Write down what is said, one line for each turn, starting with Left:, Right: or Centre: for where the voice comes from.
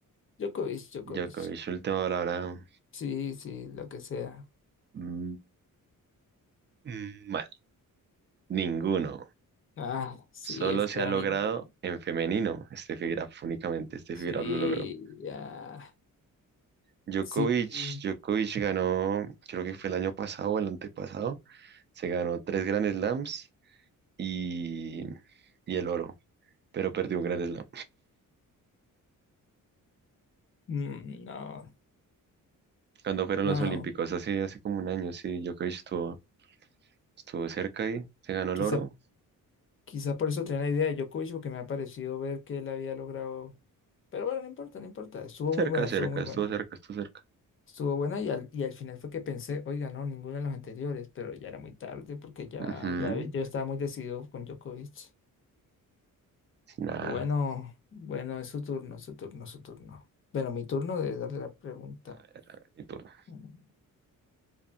Left: Djokovic, Djokovic.
Right: Djokovic, última palabra.
Left: Sí, sí, lo que sea.
Right: Mm, mm, Mal. Ninguno.
Left: Ah, sí,
Right: Solo
Left: es
Right: se
Left: que era
Right: ha logrado
Left: ninguno.
Right: en femenino. Este fibra únicamente este
Left: Sí,
Right: fibra lo logró.
Left: ya.
Right: Djokovic,
Left: Sí.
Right: Djokovic ganó, creo que fue el año pasado o el antepasado, se ganó tres Grand Slams y, y el oro, pero perdió un Grand Slam.
Left: Mm, no,
Right: Cuando fueron
Left: no.
Right: los Olímpicos, hace, hace como un año, sí, Djokovic estuvo, estuvo cerca y se ganó el
Left: Quizá,
Right: oro.
Left: quizá por eso tenía la idea de Djokovic, porque me ha parecido ver que él había logrado. Pero bueno, no importa, no importa. Estuvo
Right: Cerca,
Left: muy buena, estuvo
Right: cerca,
Left: muy
Right: estuvo
Left: buena.
Right: cerca, estuvo cerca.
Left: Estuvo buena y al, y al final fue que pensé, oiga, no, ninguna de las anteriores, pero ya era muy tarde porque ya,
Right: Ujú,
Left: ya yo estaba muy decidido con Djokovic.
Right: Nada.
Left: Bueno, bueno, es su turno, su turno, su turno. Bueno, mi turno de darle la pregunta.
Right: A ver, mi turno.
Left: Mm,